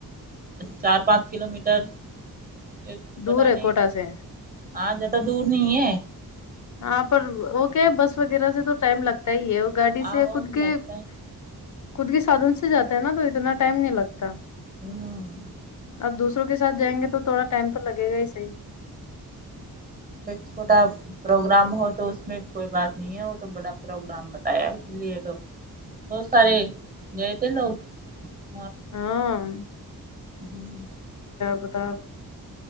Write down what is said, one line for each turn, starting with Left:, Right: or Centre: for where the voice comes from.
Right: چار پانچ کلو میٹر تر ایک پتا
Left: دور ہے
Right: نہیں
Left: کوٹا سے
Right: ہاں زیادہ دور نہیں ہے
Left: ہاں پر وہ کیا ہے بس وغیرہ سے تو ٹائم لگتا بت ہی ہے وہ گاڑی سے
Right: آ وہ
Left: خود
Right: تو
Left: کے
Right: لگتا
Left: <unintelligible>
Right: ہے
Left: خود کے سادن سے جاتا ہے نا تو اتنا ٹائم نہیں لگتا
Right: ہوں
Left: اب دوسروں کے <unintelligible> سھ جائیں گ تو تھواٹائم تو لگے گا ہی صحی <unintelligible>
Right: چھوٹا پروگرام ہو تو اس میں کوئی بات نہیں ہے وہ تو بڑا پروگرام بتایا اس لیے تو بہت سارے گئے تھے لوگ <unintelligible>
Left: ہاں <unintelligible>
Right: ہوں <unintelligible>
Left: بتا